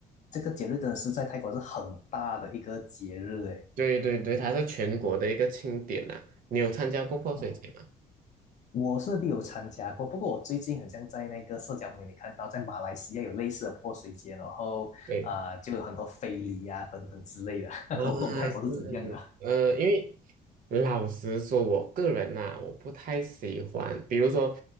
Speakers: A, on the left; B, on the right.
A: 这个节日真的是在泰国是很大的一个节日诶。
B: 对对对，它是全国的一个庆典呐、你有参加过泼水节吗？
A: 哦，我是没有参加过，不过我最近很像在那个社交媒体看到，在马来西亚有类似的泼水节，然后呃就有很多非礼啊等等之类的，
B: 对，啊，
A: <laughs> 我不懂泰国是怎样的。
B: 是，呃，因为老实说，我个人呐、我不太喜欢。比如说，